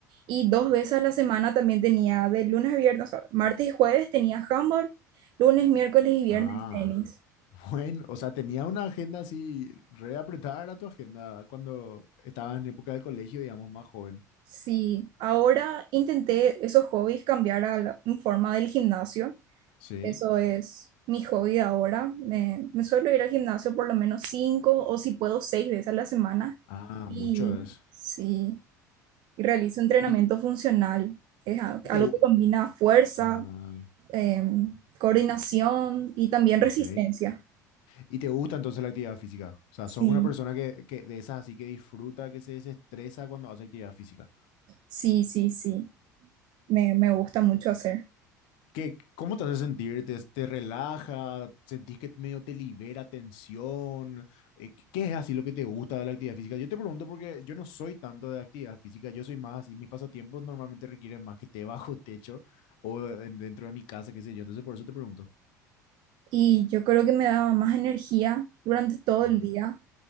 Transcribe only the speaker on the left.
Ah.
Bueno, o sea, tenía una agenda así re apretada era tu agenda cuando estaba en época del colegio, digamos, más joven.
Sí.
Ah,
mucho es.
Y,
y
te... gu-
Ah,
ok.
¿Y te gusta entonces la actividad física? O sea,
sos una persona que, que de esas así que disfruta, que se desestresa cuando hace actividad física.
¿Qué, cómo te hace sentir? ¿Te, te relaja? ¿Sentís que medio te libera tensión? Eh, ¿qué qué es así lo que te gusta de la actividad física? Yo te pregunto porque yo no soy tanto de actividad física, yo soy más así, mis pasatiempos normalmente requieren más que esté <laughs> bajo techo o en- dentro de mi casa, qué sé yo, entonces por eso te pregunto.
Ujú.